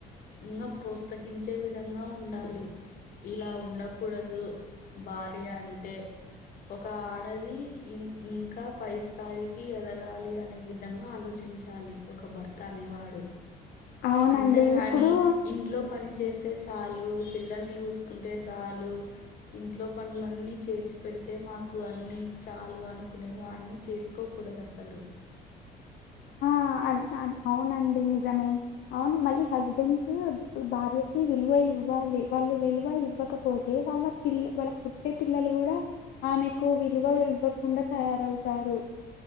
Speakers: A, on the left; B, on the left.
A: ఇంగా ప్రోత్సహించే విధంగా ఉండాలి ఇలా ఉండకూడదు భార్య అంటే ఒక ఆడది ఇన్ ఇంకా పైస్థాయికి ఎదగాలి అనే విధంగా ఆలోచించు దాలి ఒక భర్త అనేవాడు,
B: అవునండి
A: అంతేగాని
B: ఇప్పుడు
A: ఇంట్లో పని చేస్తే చాలు పిల్లల్ని ఉస్కుంటే సాలూ ఇంట్లో పనులన్నీ చేసి పెడ్తే మాకు అన్ని చాలు అనుకునే వన్ని చేస్కోకూడదు అసలు
B: ఆ అ‌ అన్ అవునండి నిజమే అవును మళ్ళీ హస్బెంన్సూ భార్యకి విల్వ ఇవ్వాలి వాళ్ళు విల్వ ఇవ్వకపోతే వాళ్ళ పిల్లు వాళ్ళ పుట్టే పిల్లలు గూడా ఆమెకు విల్వ ఇవ్వకుండా తయారవ్తారు